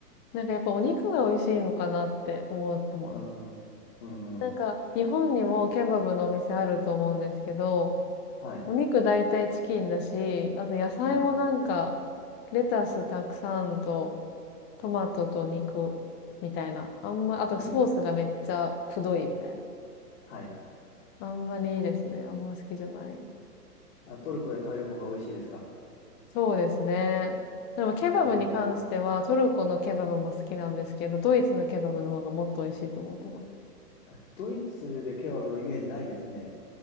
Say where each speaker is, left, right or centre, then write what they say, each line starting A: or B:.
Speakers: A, on the left (about 20°); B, on the left (about 50°).
A: なんかやっぱお肉が美味しいのかなって思ってます。
B: うん。うんうん。
A: なんか、日本にもケバブのお店あると思うんですけど、
B: あ、はい。
A: お肉大体チキンだし、あと野菜もなんか、
B: はい。
A: レタスたくさんと、トマトと肉みたいな。あんま、あとソースがめっちゃくどいみたいな。
B: うん。はい。
A: あんまりいいですね。あんま好きじゃない。
B: あ、トルコで食べる方が美味しいですか
A: そうですね。でもケバブに関しては、
B: うん。
A: トルコのケバブも好きなんですけど、ドイツのケバブの方がもっと美味しいと思ってます。
B: えドイツでケバブのイメージないですね。